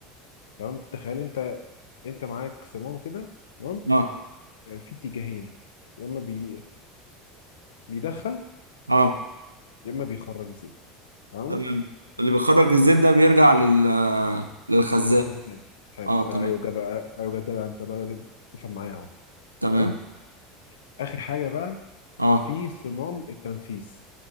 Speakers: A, on the left (about 70°); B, on the right (about 85°).
A: تمام تخيل انت انت معاك صمام كده تمام
B: اه
A: آه، في اتجاهين يا اما بي... بيدخل
B: اه
A: يا اما بيخرج الزيت تمام
B: تمام اللي بيخرج الزيت ده بيرجع لل للخزان
A: للخزان حلو
B: اه
A: ده
B: تمام
A: ايوه جدع ايوه جدع انت بدأت تفهم معايا اهو
B: تمام
A: تمام اخر حاجه بقى
B: اه
A: في صمام التنفيذ